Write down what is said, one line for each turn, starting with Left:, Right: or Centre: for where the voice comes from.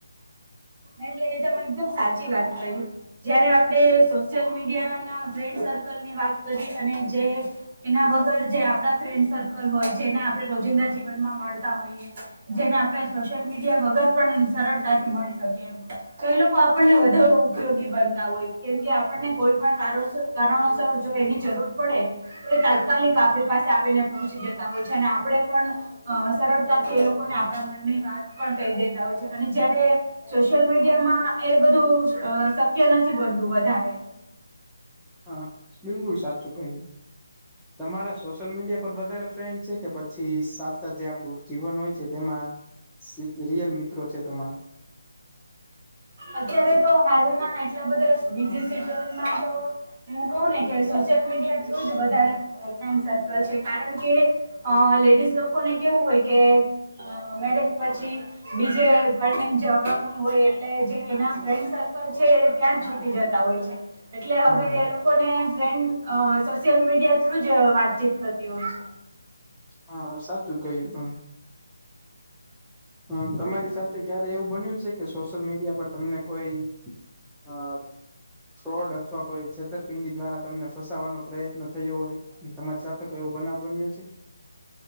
Right: એટલે એ તમે એકદમ સાચી વાત કરી જયારે આપણે સોશિયલ મીડિયા ના ફ્રેન્ડ સર્કલ ની વાત કરી અને જે એના વગર જે આપડા ફ્રેન્ડ સર્કલ હોય જેને આપણે રોજિંદા જીવનમાં મળતા હોઈએ. જેને આપણે સોશિયલ મીડિયા વગર પણ સરળતાથી મળી શકી એમ તો એ લોકો આપણને વધારે ઉપયોગી બનતા હોય કેમ કે આપણને કોઈ પણ કારણસ કારણોસર જો એની જરૂર પડે એ તાત્કાલિક આપણી પાસે આવીને પહોંચી જતા હોય છે અને આપડે પણ અ સરળતાથી એ લોકોને આપડા મનની વાત પણ કહી દેતા હોય છે અને જયારે સોશિયલ મીડમાં એ બધું શક્ય નથી બનતું વધારે
Centre: હા બિલકુલ સાચું કહ્યું તમારા સોશિયલ મીડિયા પર વધારે ફ્રેન્ડ છે કે પછી સાચ સાાત જે આપડું જીવન હોય છે તેમાં રિયલ મિત્રો છે તમારા
Right: અત્યારે તો હાલના એટલા બધા બીજી સિટોયો મા તો હું કહું ને કે સોશિયલ મીડિયા થ્રુ જ વધારે ફ્રેન્ડ સર્કલ છે કારણ કે અ લેડીઝ લોકોને કેવું હોય કે અ મેરેજ પછી બીજે પરણી ને જવાનું હોય એટલે જે એ ફ્રેન્ડ સર્કલ છે ત્યાં જ છૂટી જતા હોય છે એટલે
Centre: હા
Right: હવે
Centre: હા
Right: એ લોકો ફ્રેન્ડ સોશિયલ મીડિયા થ્રુ જ વાતચીત કરતી હોય છે.
Centre: હા સાચું કહ્યું તમે હ તમારી સાથે ક્યારે એવું બન્યું છે કે સોશિયલ મીડિયા પર તમને કોઈ અ ફ્રોડ અથવા કોઈ છેતર પિંડી દ્વારા તમને ફસાવવાનો પ્રયત્ન થયો હોય ને તમારી સાથે કયોો બનાવ બન્યો છે.